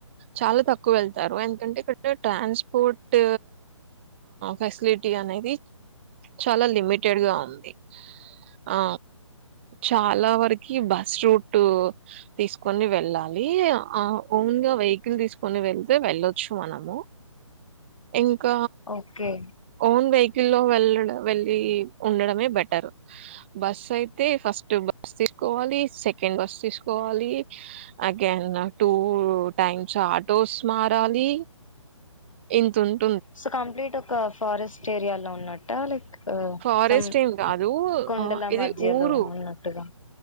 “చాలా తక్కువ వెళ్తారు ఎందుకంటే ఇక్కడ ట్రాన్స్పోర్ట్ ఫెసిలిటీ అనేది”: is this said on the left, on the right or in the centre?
Right